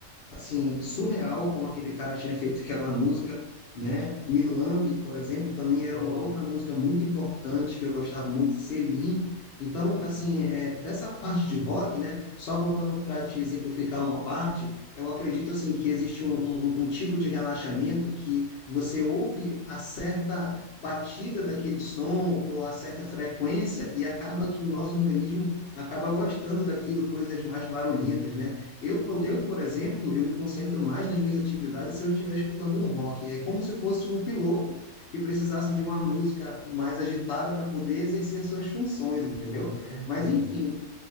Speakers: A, on the left; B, on the right.
A: assim, surreal como aquele cara tinha feito aquela música, né? Milambe, por exemplo, também era
B: aham,
A: uma outra música muito importante que eu gostava muito, Selim. Então, assim, é, dessa parte de rock, né? Só voltando para te exemplificar uma parte, eu acredito assim que existe um, um- um um tipo de relaxamento que você ouve a certa batida daquele som ou a certa frequência e acaba que o nosso organismo acaba gostando daquilo, coisas mais barulhentas, né? Eu, por- eu, por exemplo, eu me concentro mais nas minhas atividades se eu estiver escutando um rock. É como se fosse um piloto que precisasse de uma música mais agitada para poder exercer as suas funções, entendeu?
B: aham, entendi.
A: Mas, enfim,